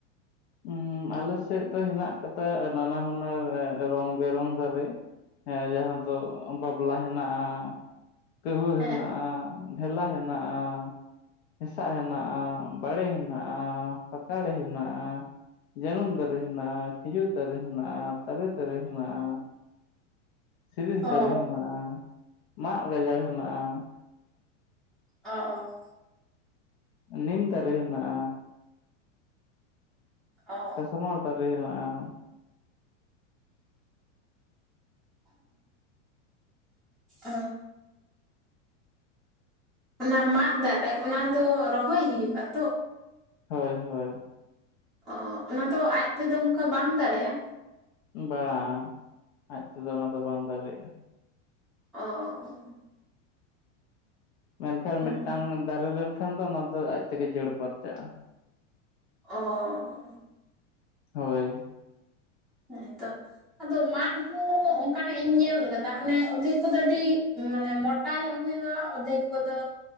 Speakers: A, on the left; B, in the centre.
A: ᱩᱸ ᱟᱞᱮ ᱥᱮᱫ ᱫᱚ ᱦᱮᱱᱟᱜ ᱠᱟᱫᱟ ᱱᱟᱱᱟ ᱦᱩᱱᱟᱹᱨ ᱨᱚᱝ ᱵᱮᱨᱚᱝ ᱫᱟᱨᱮ᱾ ᱦᱮᱸ ᱡᱟᱦᱟᱸ ᱫᱚ ᱵᱟᱯᱞᱟ ᱦᱮᱱᱟᱜᱼᱟ ᱠᱟᱹᱣᱦᱟᱹ
B: ᱦᱮᱸ
A: ᱦᱮᱱᱟᱜᱼᱟ᱾ ᱦᱮᱞᱞᱟ ᱦᱮᱱᱟᱜᱼᱟ᱾ ᱦᱮᱸᱥᱟᱜ ᱦᱮᱱᱟᱜᱼᱟ, ᱵᱟᱲᱮ ᱦᱮᱱᱟᱜᱼᱟ, ᱯᱟᱠᱟᱲᱮ ᱦᱮᱱᱟᱜᱼᱟ᱾ ᱡᱟᱹᱱᱩᱢ ᱫᱟᱨᱮ ᱦᱮᱱᱟᱜᱼᱟ, ᱠᱷᱤᱡᱩᱨ ᱫᱟᱨᱮ ᱦᱮᱱᱟᱜᱼᱟ, ᱛᱟᱞᱮ ᱫᱟᱨᱮ ᱦᱮᱱᱟᱜᱼᱟ᱾ ᱥᱤᱨᱤᱥ
B: ᱚ
A: ᱫᱟᱨᱮ ᱦᱮᱱᱟᱜᱼᱟ ᱢᱟᱫ ᱜᱟᱡᱟᱲ ᱦᱮᱱᱟᱜᱼᱟ
B: ᱚ
A: ᱱᱤᱢ ᱫᱟᱨᱮ ᱦᱮᱱᱟᱜᱼᱟ᱾
B: <unintelligible>
A: ᱥᱚᱢᱟᱨ ᱫᱟᱨᱮ ᱦᱮᱱᱟᱜᱼᱟ᱾
B: ᱚ ᱚᱱᱟ ᱢᱟᱫ ᱫᱟᱨᱮ ᱚᱱᱟ ᱫᱚ ᱨᱚᱦᱚᱭ ᱦᱩᱭᱩᱜ-ᱟ ᱛᱚ᱾
A: ᱦᱳᱭ ᱦᱳᱭ
B: ᱚ ᱚᱱᱟ ᱫᱚ ᱟᱡ ᱛᱮᱫᱚ ᱚᱱᱠᱟ ᱵᱟᱝ ᱫᱟᱨᱮᱜᱼᱟ᱾
A: ᱵᱟᱝ ᱟᱡ ᱛᱮᱫᱚ ᱚᱱᱟ ᱫᱚ ᱵᱟᱝ ᱫᱟᱨᱮᱜᱼᱟ᱾
B: ᱚ
A: ᱢᱮᱱᱠᱷᱟᱱ
B: ᱦᱮᱸ
A: ᱢᱤᱫᱴᱟᱝ ᱫᱟᱨᱮ ᱞᱮᱱᱠᱷᱟᱱ ᱫᱚ ᱚᱱᱟ ᱫᱚ ᱟᱡ ᱛᱮᱜᱮ ᱡᱟᱹᱲ ᱯᱟᱨᱪᱟᱜᱼᱟ᱾
B: ᱚ
A: ᱦᱳᱭ
B: ᱦᱮᱸᱛᱚ ᱟᱫᱚ ᱢᱟᱫ ᱦᱚᱸ ᱚᱱᱠᱟᱱᱟᱜ ᱤᱧ ᱧᱮᱞ ᱟᱠᱟᱫᱟ᱾ ᱢᱟᱱᱮ ᱚᱫᱷᱮᱠ ᱠᱚᱫᱚ ᱟᱹᱰᱤ ᱢᱟᱱᱮ ᱢᱚᱴᱟ ᱧᱚᱜ ᱦᱩᱭᱩᱜᱼᱟ ᱚᱫᱷᱮᱠ ᱠᱚᱫᱚ